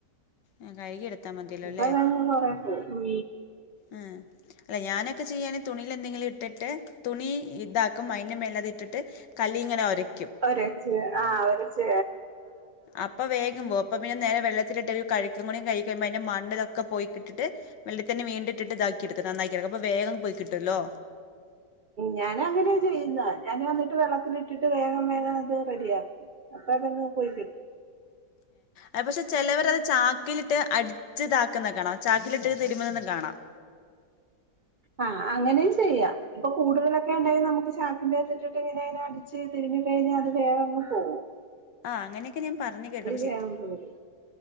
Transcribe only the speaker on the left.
ആ കഴുകി എടുത്താൽ മതിയല്ലോ
അല്ലേ
ഉം അല്ല ഞാനൊക്കെ ചെയ്യാന് തുണിൽ എന്തെങ്കിലും ഇട്ടിട്ട് തുണി ഇതാക്കും അതിന്റെ മേല്ലത്ട്ടിട്ട് കല്ലിൽ ഇങ്ങനെ ഉരയ്ക്കും
അപ്പൊ വേഗംപോം അപ്പൊ പിന്നെ നേരെ വെള്ളത്തിലിട്ടൊരു കഴുകം കൂടി കഴുകി കഴിഞ്ഞാൽ അതിന്റെ മണ്ണും ഇതൊക്കെ പോയി കിട്ടും ഇട്ടിട്ട് വെള്ളത്തിൽ വീണ്ടും ഇട്ടിട്ട് ഇതാക്കിടുക്കും നന്നാക്കി എടുക്കാം അപ്പൊ വേഗം പോയി കിട്ടുമല്ലോ
ആ പക്ഷേ ചെലവരത് ചാക്കിലിട്ട് അടിച്ച് ഇതാക്കുന്നത് കാണാം ചാക്കിൽ ഇട്ട് തിരുമ്മുന്നത് കാണാം
അങ്ങനെയൊക്കെ ഞാൻ പറഞ്ഞു കേട്ടിരിക്കുന്നു